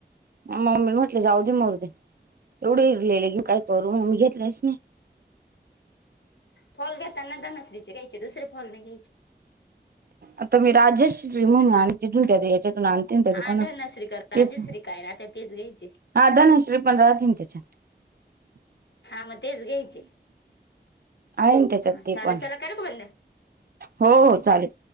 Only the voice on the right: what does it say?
म मम्मी म्हटले जाऊ दे मरू दे एवढे इरलेले घेऊन काय करू म मी घेतलेच नाही.
आता मी राजश्री म्हणून आणि तिथून द्या याच्यातून आण त्या दुकाना
तेच
हा धनश्री पण राहतील त्याच्यात. <unintelligible>
आहे ना त्याच्यात
ते
पण
हो हो चालेल.